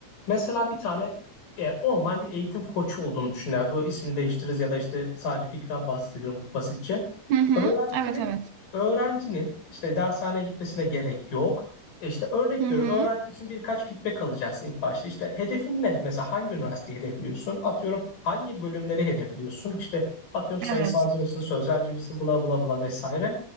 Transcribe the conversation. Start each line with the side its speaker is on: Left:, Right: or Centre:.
Left: Mesela bir tane e, online bir eğitim koçu olduğunu düşünler. Bu ismini değiştiririz ya da işte sadece fikren bahsediyorum basitçe.
Right: Hı hı.
Left: Öğrencinin
Right: Evet, evet.
Left: öğrencinin işte dershaneye gitmesine gerek yok. E İşte örnek
Right: Hı hı.
Left: veriyorum. Öğrenci için birkaç feedback alacaksın ilk başta. İşte hedefin ne? Mesela hangi üniversiteyi hedefliyorsun? Atıyorum hangi bölümleri hedefliyorsun? İşte atıyorum sayısalcı
Right: Evet.
Left: mısın, sözelci misin, bla bla bla vesaire.